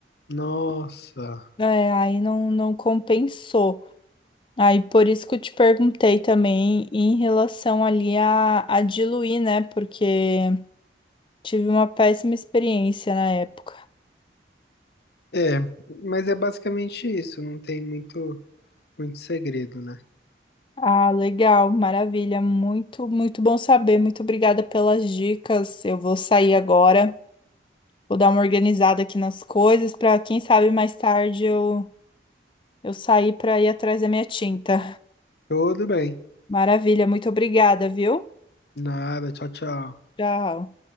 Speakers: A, on the left (about 60°); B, on the left (about 25°).
A: Nossa.
B: É, aí não, não compensou. Aí por isso que eu te perguntei também em relação ali a, a diluir, né? Porque tive uma péssima experiência na época.
A: É, mas é basicamente isso. Não tem muito, muito segredo, né?
B: Ah, legal, maravilha. Muito, muito bom saber. Muito obrigada pelas dicas. Eu vou sair agora, vou dar uma organizada aqui nas coisas para quem sabe mais tarde eu, eu sair para ir atrás da minha tinta.
A: Tudo bem.
B: Maravilha, muito obrigada, viu?
A: Nada. Tchau, tchau.
B: Tchau.